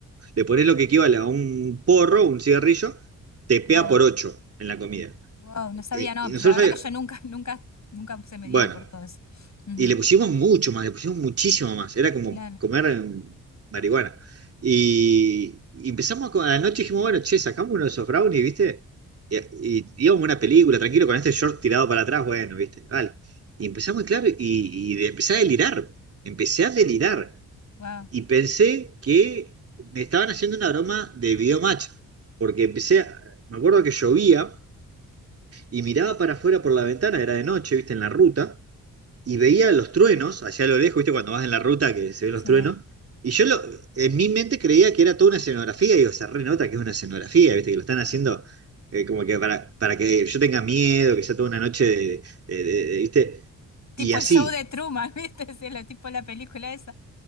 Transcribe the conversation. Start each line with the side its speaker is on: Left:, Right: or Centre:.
Right: le pones lo que equivale a un porro, un cigarrillo, te pega
Left: claro.
Right: por 8 en la comida.
Left: Wow, no sabía,
Right: Eh,
Left: no.
Right: y
Left: La
Right: nosotros,
Left: verdad
Right: sabíamos-
Left: que yo nunca, <laughs> nunca, nunca se me
Right: bueno.
Left: dio por todo eso. Ujú,
Right: Y le pusimos mucho más, le pusimos muchísimo más. Era como
Left: Claro,
Right: comer em, marihuana. Y, y empezamos a, co- a la noche dijimos, bueno, che, sacamos uno de esos brownies, ¿viste? Y, y íbamos a una película, tranquilo, con este short tirado para atrás, bueno, ¿viste? Vale. Y empezamos, claro, y, y de- empecé a delirar. Empecé a delirar.
Left: wow.
Right: Y pensé que me estaban haciendo una broma de videomatch. Porque empecé, a- me acuerdo que llovía y miraba para afuera por la ventana, era de noche, ¿viste? En la ruta y veía los truenos allá a lo lejos, ¿viste? Cuando vas en la ruta que se ven
Left: Sí.
Right: los truenos. Y yo lo- en mi mente creía que era toda una escenografía, y digo, se renota que es una escenografía, ¿viste? Que lo están haciendo eh, como que para, para que yo tenga miedo, que sea toda una noche de, de- de- de- ¿viste?
Left: Tipo
Right: Y así,
Left: el show de Truman, <laughs> ¿viste? Sí, lo, tipo la película esa.